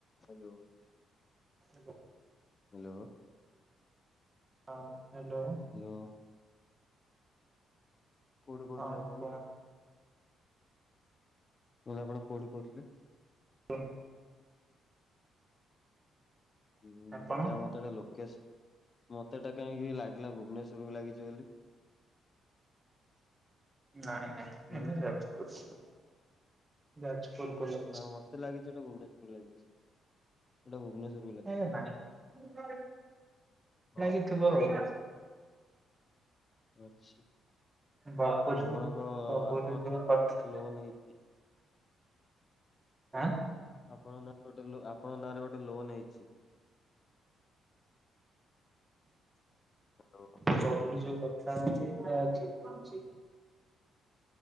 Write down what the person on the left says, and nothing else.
ହାଲୋ।
ହାଲୋ।
ହାଲୋ। କୋଉଠୁ କହୁଥିଲେ
ଆପଣ?
ମୁଁ କହିଲି ଆପଣ କୋଉଠୁ କହୁଥିଲେ?
ହୁଁ
କାଇଁ ମତେ ଏଟା ଲୋକସ ମତେ ଏଟା କାହିଁକି ଲାଗିଲା ଭୁବନେଶ୍ଵରକୁୁ ଲାଗିଛି ବୋଲି?
ହୁଁ
ନା ମତେ ଲାଗିଛି ଏଇଟା ଭୁବନେଶ୍ୱରରେ ଲାଗିଛି ଏଇଟା ଭୁବନେଶ୍ୱର
ହଁ
ଆଛା
ଆପଣଙ୍କ
ଆପଣ
ନାଁ ରେ
ଗୋଟେ ଲୋନ ହେଇ
ଆପଣଙ୍କ ନାଁରେ ଗୋଟେ ଲୋ ଆପଣଙ୍କ ନାଁରେ ଗୋଟେ ଲୋନ୍ ହେଇଛି। ହ୍ୟାଲୋ